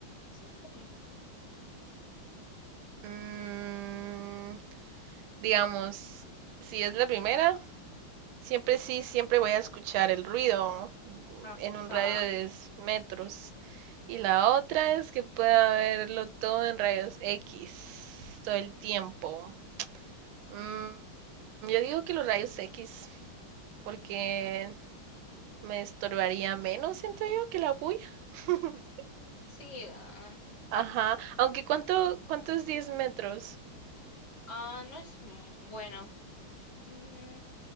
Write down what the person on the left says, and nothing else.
Eso está complicado.
Ajá.
Sí. Ah,
Ah, no es mu- bueno. Mm,